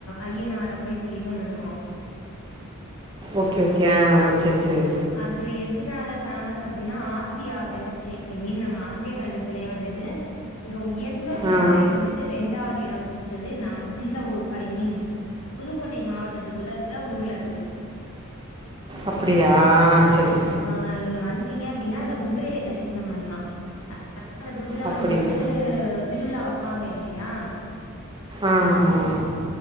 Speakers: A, on the left; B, on the right.
A: ஐய்யனார் அப்டி சொல்லுட்டு ஒன்னு இருக்கு
B: ஓகே ஓகே அ செரி செரி
A: அது எதுனால ஃபேமஸ் அப்டினா ஆசியா கண்டத்திலே ஐ மீன் நம்ம ஆசியா கண்டத்திலேயே வந்துட்டு மிக உயர்ந்த
B: ஆ
A: குதிரை வநதுட்டு இரண்டாவது எடம் புடிச் சது நம் இந்த ஊர் ஐ மீன் புதுக்கேட்டை மாவட்டத்துக்குள்ள இருக்க ஊர்ல இருக்கு
B: அப்டியா செரி
A: ஆ நீங்க வந்திங்க அப்டினா அந்த குதிரைய தரிசனம் பண்லா <unintelligible> குதுர
B: அப்படிங்க
A: வந்துட்டு திருவிழா வப்பாங்க இல்லையா
B: ஆமா